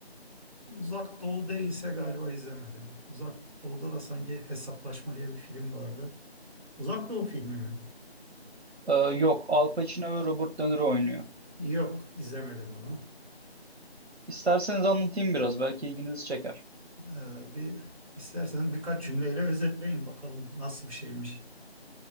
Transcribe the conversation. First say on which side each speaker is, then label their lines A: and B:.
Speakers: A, on the right; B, on the right.
A: Uzak Doğu değilse galiba izlemedim. Uzak Doğu'da da sanki Hesaplaşma diye bir film vardı. Uzak Doğu filmi mi?
B: Ee, yok, Al Pacino ve Robert De Niro oynuyor.
A: Yok, izlemedim onu.
B: İsterseniz anlatayım biraz, belki ilginizi çeker.
A: Ee, bir isterseniz birkaç cümleyle özetleyin bakalım nasıl bir şeymiş.